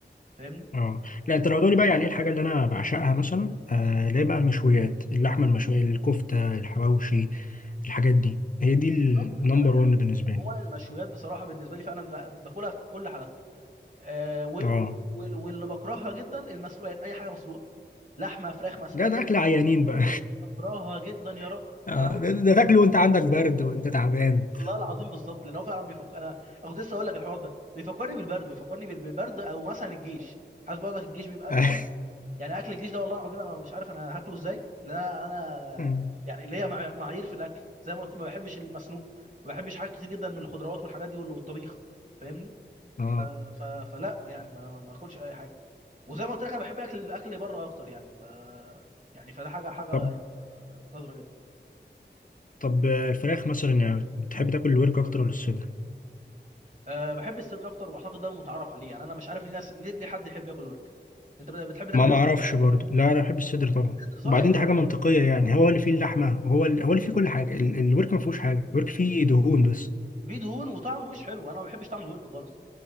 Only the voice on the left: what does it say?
اه لا انت لو هتقولي بقى يعني ايه الحاجه اللي انا بعشقها مثلا آه
اللي هي بقى المشويات اللحمه المشويه الكفته الحواوشي الحاجات دي هي دي النمبر
1 بالنسبه
لي
اه
ده
ده اكل
عيانين بقى
<laughs> آه
ده, ده
تاكله وانت عندك برد وانت تعبان
<laughs>
اه
آه.
طب
طب آه، الفراخ مثلا يعني بتحب تاكل الورك اكتر ولا الصدر
ما
ما
اعرفش
برضه لا انا بحب الصدر طبعا
وبعدين
دي حاجه منطقيه يعني هو اللي فيه اللحمه هو اللي هو اللي فيه كل حاجه ال- الورك ما فيهوش حاجه الورك فيه دهون بس